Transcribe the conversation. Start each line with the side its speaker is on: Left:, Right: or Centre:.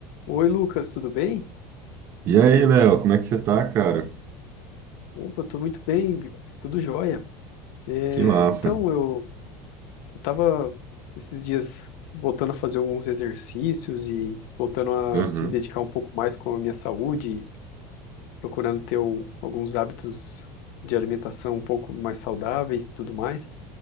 Left: Oi, Lucas, tudo bem?
Right: E aí, Léo, como é que você tá, cara?
Left: Opa, eu tô muito bem, tudo jóia. É,
Right: Que massa.
Left: então, eu eu tava esses dias voltando a fazer alguns exercícios e voltando a
Right: Aham.
Left: me dedicar um pouco mais com a minha saúde, procurando ter o- alguns hábitos de alimentação um pouco mais saudáveis e tudo mais.